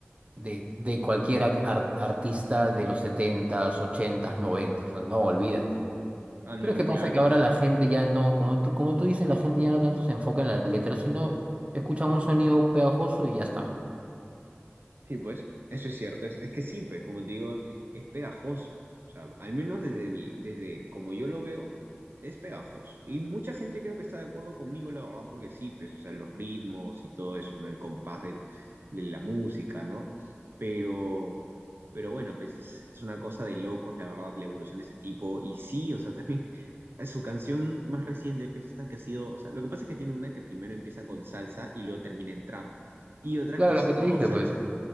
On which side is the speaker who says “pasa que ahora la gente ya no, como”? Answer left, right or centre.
Right